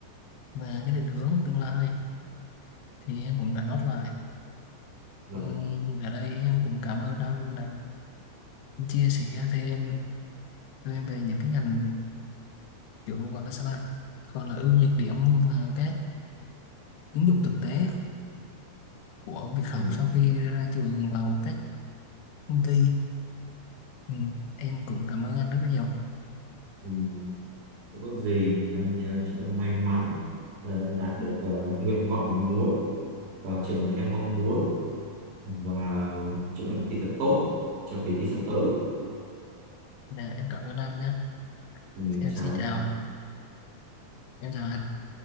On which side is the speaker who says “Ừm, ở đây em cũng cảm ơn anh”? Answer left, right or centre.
Left